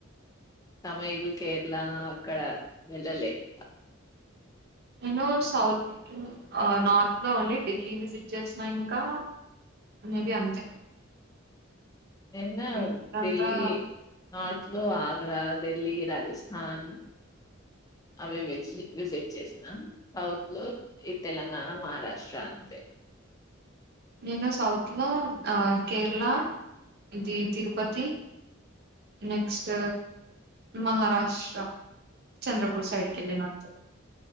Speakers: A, on the left; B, on the right.
A: తమిళ కేరళ అక్కడ వెెళ్ళలే ఇంకా
B: నేను సౌత్ నార్త్ లో ఓన్లీ ఢిల్లీ విజిట్ చేసిన ఇంకా మే బి అంతే
A: ఎన్న
B: మిగతాదంతా
A: ఢిల్లీ నార్త్ లో ఆగ్ర ఢిల్లీ రాజస్థాన్ అవి విజిట్ విజిట్ చేసినా సౌత్ లో ఈ తెలంగాణ మహారాష్ట్ర అంతే
B: నేను సౌత్లో కేరళ ఇది తిరుపతి నెక్స్ట్ మహారాష్ట్ర చంద్రపూర్ సైడ్కెల్లిన అంతే